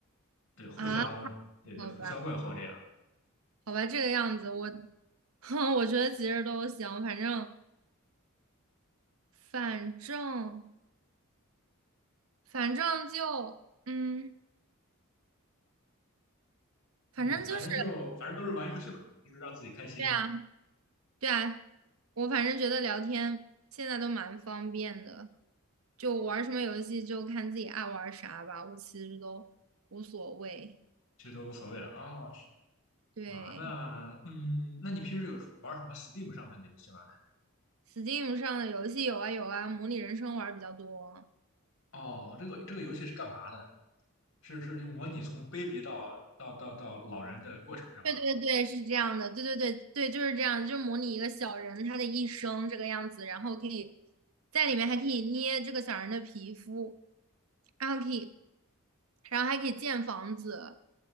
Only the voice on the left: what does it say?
对互相对对互相问候这样。
嗯，反正就反正都是玩游戏嘛，就是让自己开心，
其实都无所谓了啊、是
啊，那嗯，那你平时有玩什么 Steam 上面的游戏吗？
哦，这个这个游戏是干嘛的？是是就模拟从 baby 到到到到老人的过程是吗？